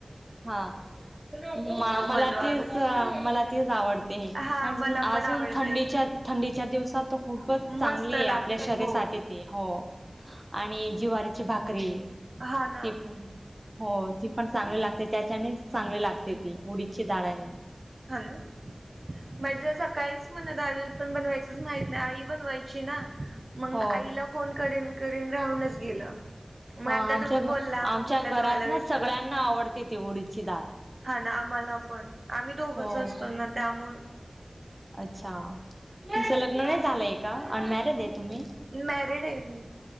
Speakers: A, on the right; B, on the right.
A: हा मला
B: बनवावे.
A: तेीच मला तीच आवडते.
B: हा
A: आणि
B: मला
A: अजून
B: पण आवडते
A: थंडीच्या थंडीच्या दिवसात तर खूपच चांगली
B: मस्त
A: आहे
B: लागते
A: आपल्या शरीरासाठी
B: हो
A: हो आणि जिवारीची भाकरी
B: हा ना.
A: ते पण हो ती पण चांगली लागते त्याच्यानेच चांगली लागते ती उडीदची दाडांनी
B: हा ना म्हझे सकाळी म्हणा दाल पण बनवायचच माहित नाही आई बनवायची ना. मग
A: हो
B: आईला फोन करीन करीन राहूनच गेलं. मग
A: आमच्या
B: आता तुम्ही बोलला
A: आमच्या
B: म्हटलं
A: घरात
B: तुम्हाला
A: ना
B: विचार
A: सगळ्यांना आवडते ती डी ची दाल.
B: हा ना आम्हाला पण आम्ही दोघंच
A: हो.
B: असतो ना त्यामु
A: अच्छा तुमचं लग्न नाही झालंय का अनमॅरेड आहे तुम्ही
B: मॅरिड आहे मी